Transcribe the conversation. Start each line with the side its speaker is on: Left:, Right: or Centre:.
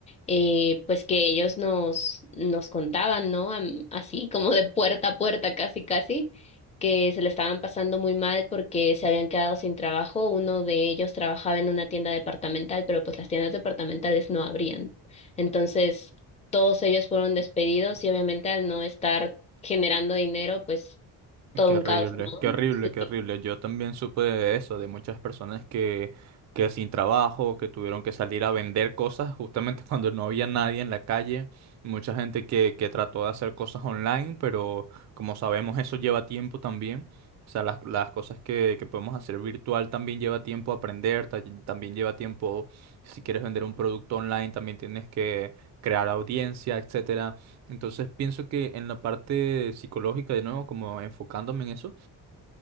Left: eh, pues que ellos nos, nos contaban, ¿no? Am- Así como de puerta a puerta, casi, casi, que se le estaban pasando muy mal porque se habían quedado sin trabajo. Uno de ellos trabajaba en una tienda departamental, pero pues las tiendas departamentales no abrían. Entonces, todos ellos fueron despedidos y obviamente al no estar generando dinero, pues todo
Right: Qué
Left: un
Right: horrible,
Left: caos, ¿no?
Right: qué horrible,
Left: Sí.
Right: qué horrible. Yo también supe de eso, de muchas personas que, que sin trabajo, que tuvieron que salir a vender cosas justamente <laughs> cuando no había nadie en la calle. Mucha gente que, que trató de hacer cosas online, pero como sabemos eso lleva tiempo también. O sea, las, las cosas que, que podemos hacer virtual también lleva tiempo aprender, ta- también lleva tiempo, si quieres vender un producto online, también tienes que crear audiencia, etcétera. Entonces pienso que en la parte psicológica, de nuevo, como enfocándome en eso,